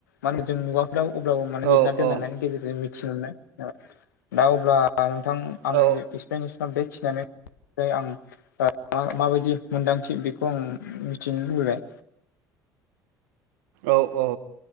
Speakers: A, on the left (about 70°); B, on the right (about 65°).
A: माने जों मुगाफोराव अब्लाबो माने
B: औ
A: लिरना
B: औ
A: दोनलांनायनि गेजेरजों <unintelligible> दा अब्ला नोंथां
B: औ
A: आंनि
B: औ
A: <unintelligible> बेखिनियानो नै आं फ्राय आं माबायदि मोनदांथि बेखौ आं मिथिनो लुबैबाय।
B: औ औ